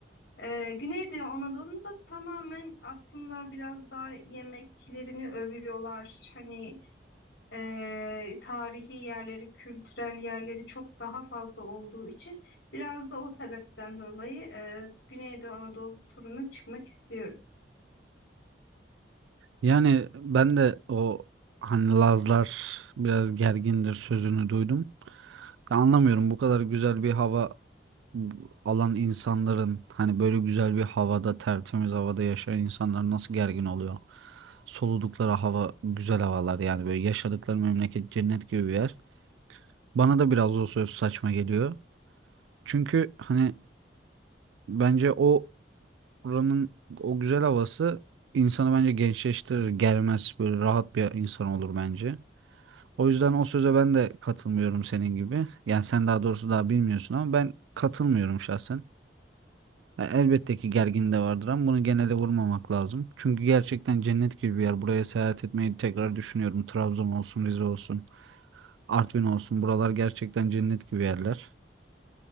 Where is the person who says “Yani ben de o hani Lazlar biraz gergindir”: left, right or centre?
Right